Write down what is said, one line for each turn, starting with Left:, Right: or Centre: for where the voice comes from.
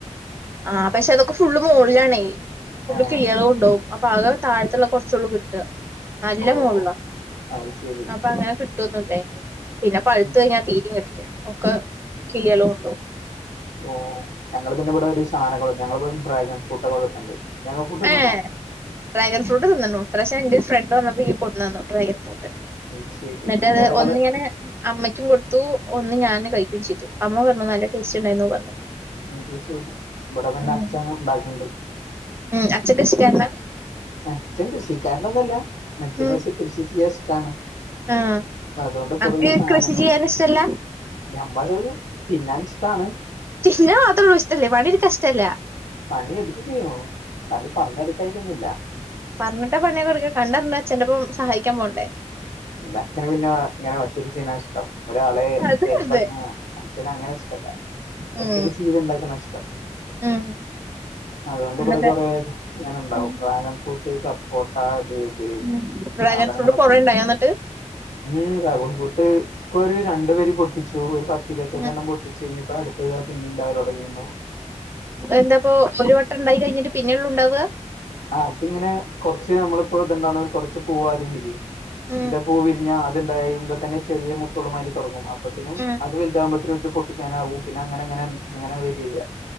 Right: ആഹ് പക്ഷെ അതൊക്കെ ഫുള്ള് മോൾലാണയ് ഫുളള്
Left: ഏഹ്
Right: കിളീള് കൊണ്ടൊവും. അപ്പൊ അത് താഴ്ത്ത്ള്ള കൊർച്ചോള്ളൂ കിട്ട്ആ ന്നല്ല
Left: ഓ
Right: മോൾളാ.
Left: അത് ശരി
Right: അപ്പ അങ്ങനെ കിട്ടുന്നുല്ലയ്മന്ന് പിന്നെ പഴുത്ത്
Left: ഉം
Right: കയ്ഞ്ഞാ തീരിം കിട്ടില്ല ഒക്കെ കിളീള് കൊണ്ടോവും.
Left: ഓഹ്. ഞങ്ങള് പിന്നെ ഇവടെ ഒരു സാനക <unintelligible> ഞങ്ങളിവിടെ ഡ്രാഗൺ ഫ്രൂട്ടഒക്കെവളർത്ത്ണ്ട് <unintelligible>
Right: ഏഹ്
Left: <unintelligible>
Right: ഡ്രാഗൺ ഫ്രൂട്ട് ത് ന്നണ്ണു പ്രാക്ഷേ ഇന്റെരു ഫ്രണ്ട് വന്നപ്പോ ഈ കൊട്ന്നന്നു ഡ്രാഗൺ ഫ്രൂട്ട്.
Left: അത് ശരി
Right: ന്ന്ട്ടഅത്
Left: ഏതാ
Right: ഒന്നിങ്ങനെ
Left: കളർ
Right: അമ്മയ്ക്കും കൊട്ത്തു ഒന്ന് ഞാന് കയ്ക്കുയും ചെയ്തു അമ്മ പർഞ്ഞു നല്ല ടേസ്റ്റ് ണ്ടായിന്നൂ പർഞ്ഞു.
Left: അത് ശെരി ഇവടെ പിന്നെ
Right: ഉം
Left: അച്ഛം ണ്ടാക്ക്ണ്ട്.
Right: ഉം അച്ഛം കൃഷി കാര്നാ?
Left: അച്ചൻ കൃഷിക്കാര്നൊന്നുല്ല അച്ഛന്
Right: ഉം
Left: പക്ഷേ കൃഷി ചിയ്യാ ഇഷ്ടാണ്.
Right: ആഹ്
Left: അതൊണ്ട്
Right: അനക്ക്
Left: കൊറെ സാനങ്ങള്
Right: കൃഷി ചെയ്യാൻ ഇഷ്ടല്ല
Left: ഞമ്മള് തിന്നാൻ ഇഷ്ടാണ്.
Right: തിന്നാൻ മാത്രഒള്ളു ഇഷ്ടല്ലേ പണിട്ക്കാ ഇഷ്ടല്ലാ.
Left: പണിട്ക്കോക്കയ്യും പണി പർഞാ ഇട്ക്കായികന്നുല്ല.
Right: പർഞ്ഞിട്ട പണീള്ട്ക്കാ കണ്ടർഞ്ഞ് അച്ഛന്റെപ്പം സഹായിക്കാം പോണ്ടേ.
Left: അച്ഛന് പിന്നെ ഇങ്ങനെ ഒറ്റക്ക് ചെയ്യ്ണാ ഇഷ്ടം ഒരാളെ എ
Right: അത്
Left: എൽപ്പാക്ക്
Right: അതെ
Left: <unintelligible> അച്ഛന് അങ്ങനെ ഇഷ്ടല്ല
Right: ഉം
Left: ഒറ്റക്ക് ചീത്ഇണ്ടാക്കുന്നാ ഇഷ്ടം.
Right: ഉം.
Left: അതുകൊണ്ട്
Right: എന്നിട്ട്
Left: ഇവടെ കൊറെ അങ്ങനെണ്ടാവും
Right: ഉം
Left: ഡ്രാഗൺ ഫ്രൂട്ട് സപ്പോട്ട അത് ത്
Right: ഉം ഡ്രാഗൺ
Left: സാതനങ്ങളൊക്കേണ്
Right: ഫ്രൂട്ട് കൊറേ ഉണ്ടായോ എന്നിട്ട്
Left: ഉം ട്രാഗൻ ഫ്രൂട്ട് ഇപ്പൊ ഒരു രണ്ടു വരി പൊട്ടിച്ചു ഒരു പത്തിരുവത്തഞ്ചെണ്ണം
Right: ഉം
Left: പൊട്ടി പിന്നിപ്പ അടുത്തതാ പിന്നിം ണ്ടാവലൊടങ്ങിയണ്ണു.
Right: എന്താപ്പോ ഒരു വട്ടണ്ടായി കയ്ഞ്ഞിട്ട് പിന്നെള്ളൂണ്ടാവാ?
Left: ആ അത്ങ്ങനെ കൊറച്ച് നമ്മളിപ്പോ ഇത്ണ്ടാവണിൽ കൊറച്ച് പൂവാദ്യം വരിയും
Right: ഉം
Left: ഇൻ്റ പൂവിരിഞ്ഞ അത്ണ്ടായുമ്പ തന്നെ ചെറിയ മുട്ടള് മാരി തൊടങ്ങും അപ്പത്തിനും
Right: ഉം
Left: അത് വല്താവുമ്പ ത്തിന്നും ഇത് പൊട്ടിക്കാനാവും പിന്നഅങ്ങനങ്ങെനെ അങ്ങനെ വേര്യയ്യാ